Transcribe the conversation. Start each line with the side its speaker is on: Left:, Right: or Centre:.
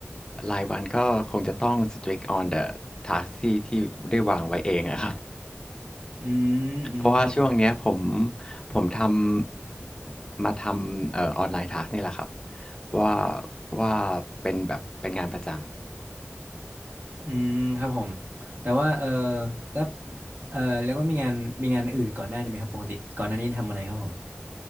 Left: รายวันก็คงจะต้อง strict on the task ที่ที่ได้วางไว้เองอะครับ <laughs>
Right: อืมอืมครับผม
Left: เพราะว่าช่วงเนี้ยผมผมทำมาทำเอ่อออนไลน์ task นี่แหละครับว่าว่าเป็นแบบเป็นงานประจำ
Right: อืมครับผมแต่ว่าเออแล้วเออแล้วก็มีงานมีงานอื่นก่อนหน้านี้ไหมครับปกติก่อนหน้านี้ทำอะไรครับผม